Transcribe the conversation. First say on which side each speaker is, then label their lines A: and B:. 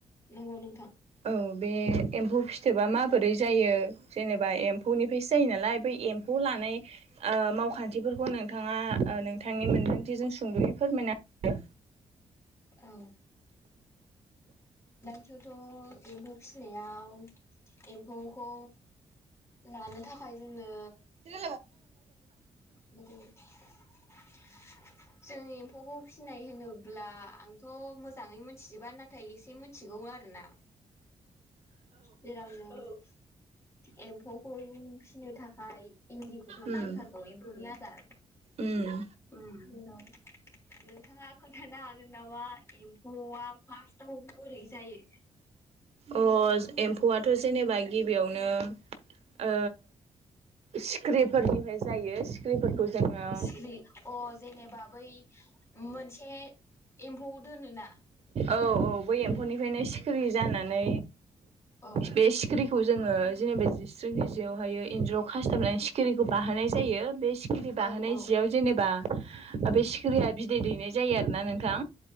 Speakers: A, on the left; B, on the right.
A: नोंगौ नोंथां।
B: औ बे एम्फौ फिथोबा माबोरै जायो जेनेबा एम्फौनिफ्रायसो जायो नालाय बै एम्फौ ला नाय ओ मावखान्थिफोरखौ नोंथाङा ओ थांनि मोन्दांथिजों सुंद'यै फोरमायना होदो।
A: औ <unintelligible> थ' एम्फौ फिनायाव एम्फौ खौ लानो थाखाय जोंनो
B: औ
A: <unintelligible> जों एम्फौखौ फिनाय होनोब्ला आंथ' मोज जाङै मोनथिजोबा नाथाय एसे मोनथिगौ आरोना। जेराव जों एम्फौखौ फिसिनो था खाय इन्दिखौथ'
B: उम
A: नांथारगौ एमफौनि आदार
B: उम
A: उम जेराव नोंथाङा खोन्थानो हागोन नामा एम्फौआ फार्स्टआव बोरै जायो?
B: अ एमफौआथ' जेनेबा गिबियावनो ओ सि ख्रिफोरनिफाय जायो। सिख्रिफोरखौ जोङो
A: सिखिरि अ जेनेबा बै मोनसे एमफौ दोनोना
B: औ बै एमफौनिफ्रायनो सिखिरि जानानै
A: औ
B: बे सिखिरिखौ जोङो जेनेबा जिस जोंनि जियावहायो इन्जुराव खास्थाबनानै सिखिरिखौ बाहोनाय जायो बे सिखिरि बाहोनाय
A: औ औ
B: जियाव जेनेबा आ बे सिखिरिया बिदै दैनाय जायो आरोना नोंथां।